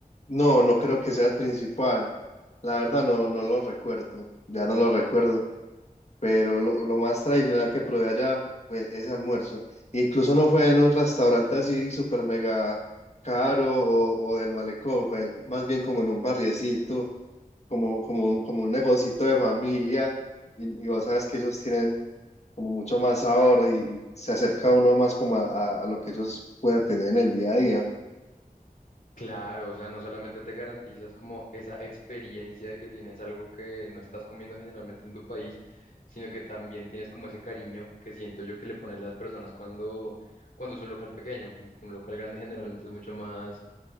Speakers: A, on the left (about 45°); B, on the left (about 70°).
A: No, no creo que sea el principal. La verdad no, no lo recuerdo, ya no lo recuerdo. pero lo, lo más tradicional que probé allá fue ese almuerzo. Incluso no fue en un restaurante así súper mega caro o, o del malecón, fue más bien como en un barriecito, como, como, como un negocito de familia, y, y vos sabes que ellos tienen como mucho más sabor y se acerca uno más como a, a a lo que ellos puedan tener en el día a día.
B: Claro, o sea, no solamente te garantizas como esa experiencia de que tienes algo que no estás comiendo generalmente en tu país, sino que también tienes como ese cariño que siento yo que le ponen las personas cuando, cuando es un local pequeño. Un un local grande generalmente es mucho más,